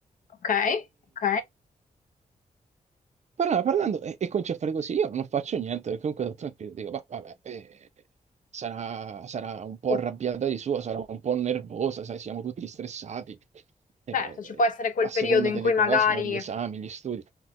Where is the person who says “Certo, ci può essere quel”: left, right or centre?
Left